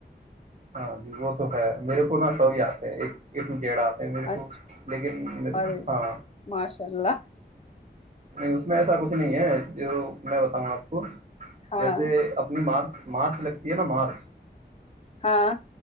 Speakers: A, on the right; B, on the left.
A: ہاں جی وہ تو ہے میرے کو نا سو د ہے ایکا میرے کو
B: اچھا
A: لیکن میرے
B: اور
A: کو ہاں
B: ماشاء اللہ
A: نہیں اس میں ایسا کچھ نہیں ہے جو میں بتاؤں آپ کو
B: ہاں
A: جیسے اپنی مارچ مارچ لگتی ہے نا مارچ
B: ہاں